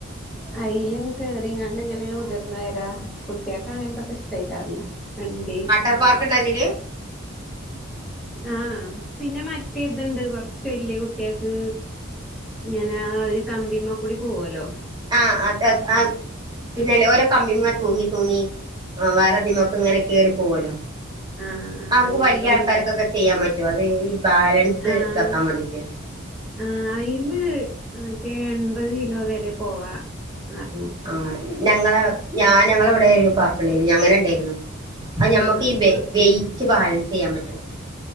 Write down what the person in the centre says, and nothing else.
അതിലും കേറിങ്ങാണ്ടിങ്ങനെ ഉതിർന്ന വരാ കു കുട്ടിയക്കെ അങ്ങനത്തെൊക്കെ ഇഷ്ടകരല്ലോ വണ്ടി
ആഹ് പിന്നെ മറ്റേതുണ്ട് കൊറച്ച് വലിയ കുട്ടികൾക്ക് ഇങ്ങന ഒരു കമ്പിമ്മ കൂടി പോവലോ
ആഹ് ആഹ്
അങ്ങനത്തും
ഉണ്ട്
ആഹ്
ആഹ് അയില് മറ്റേ എൺപത് കിലോ വരെ പോവാ <unintelligible>
ആഹ്